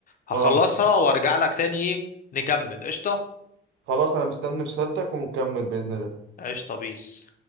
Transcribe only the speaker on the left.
هخلصها
وارجع لك تاني ايه نكمل قشطه
قشطه بيس